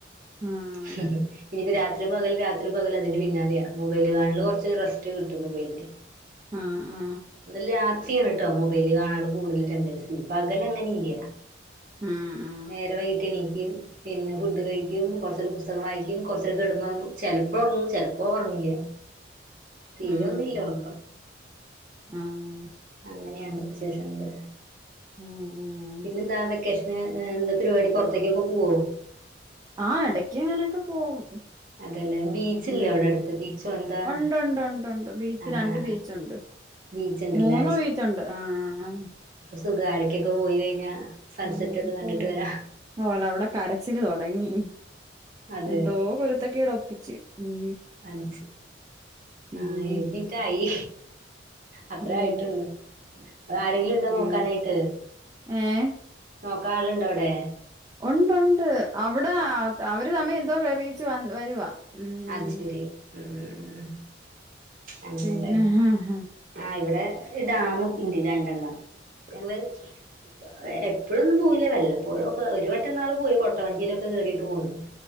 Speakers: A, on the right; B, on the right.
A: ആഹ്
B: ഹ് ഉം ഇനിയിപ്പൊ രാത്രി പകല് രാത്രി പകൽ അതിന്റെ പിന്നാലെയ മൊബൈൽ കാണലിനു കുറച്ച് റസ്റ്റ് കിട്ടും മൊബൈലിന്
A: ആഹ്‌ ആഹ്‌
B: ന്നൽ രാത്രിയാണ്ട്ടോ മൊബൈല് കാണാള്ള കൂടുതൽ ടെൻഡൻസി പകലങ്ങനെ ഇല്ല
A: ഉം ഉം
B: നേരെ വൈകിട്ട് എണീക്കും പിന്നെ ഫുഡ് കഴിക്കും. കൊർച്ചരം പുസ്തകം വായിക്കും കൊർച്ചരം കെടന്നൊർങ്ങും ചെലപ്പോ ഒർങ്ങും ചെലപ്പോ ഒർങ്ങില്ല. സ്ഥിരം
A: ഉം
B: ഒന്നില്ല
A: ഉം ഉം
B: ഒർക്കം.
A: ആഹ്
B: അങ്ങനെയാണ് വിശേഷങ്ങൾ.
A: ഉം ഉം
B: പിന്നെന്താ വെ ക്കേഷൻ എന്താ പരിപാടി പോർത്തേക്കൊക്കെ പോവോ?
A: ആഹ് എടയ്ക്ക് ഇങ്ങനെക്കെ പോവും.
B: അതല്ലേ ബീച്ചില്ലേ
A: ഉം
B: അവിടെ അടുത്ത് ബീച്ചോ എന്താ
A: ഉണ്ട് ഉണ്ട് ഉണ്ട് ഉണ്ട് ബീച്ച്
B: ആ
A: രണ്ട്
B: ആ
A: ബീച്ചുണ്ട്.
B: ബീച്ച് ഉണ്ടല്ലേ
A: മൂന്ന് ബീച്ചുണ്ട് ആഹ്
B: സുഖാണ് എടക്കൊക്കെ പോയികഴിഞ്ഞാ സൺസെറ്റൊക്കെ
A: ഉം
B: കണ്ടിട്ട്
A: പോവും
B: വരാ.
A: ഓലെ അവിടെ കരച്ചില് തൊടങ്ങി.
B: അതെ
A: എന്തോ കുരുത്തക്കേട് ഒപ്പിച്ച് ഉം
B: അത്
A: ഉം
B: ആഹ് എര് വി റ്റായി അത്ര
A: ഉം
B: ആയിട്ടുള്ള് ആരെങ്കിലും ടെ നോക്കാനായിട്ട്
A: ഉം ഏഹ്
B: നോക്കാ ആള്ണ്ട അഒടെ?
A: ഉണ്ട് ഉണ്ട് അവടെ ആഹ് അവര് തമ്മി എന്തോ എറിയിച്ചു വ വരുവാ. ഉം
B: അഹ് ശരി ഉം അങ്ങതെ
A: പിന്നെ ആഹ്
B: ആഹ് ഇവടെ ഡാം ഒക്കെ ഇണ്ട് രണ്ടണ്ണം. ഞങ്ങള് ഇപ്പ എപ്പഴൊന്നും പോവില്ല വല്ലപ്പ പ്പോഴൊക്കെ ഒരു വട്ടം ന്നാൾ പോയി കൊട്ട വഞ്ചിയിലൊക്കെ കേറീട്ട് പോന്ന്.